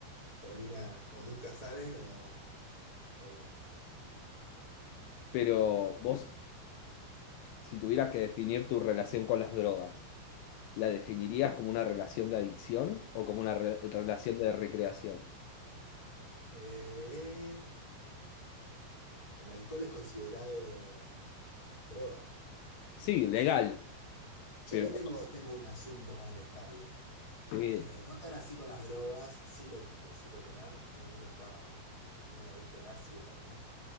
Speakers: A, on the left (about 15°); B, on the left (about 80°).
A: termina o nunca salen o, o bueno.
B: Pero vos Si tuvieras que definir tu relación con las drogas, ¿la definirías como una relación de adicción o como una re- relación de recreación?
A: Eh, El alcohol es considerado droga.
B: Sí, legal,
A: Yo
B: pero
A: ahí tengo, tengo un asunto con el escabio.
B: sí.
A: Eh, no tan así con las drogas, sí lo, lo supe tener. En un momento estaba muy adicto al ácido también,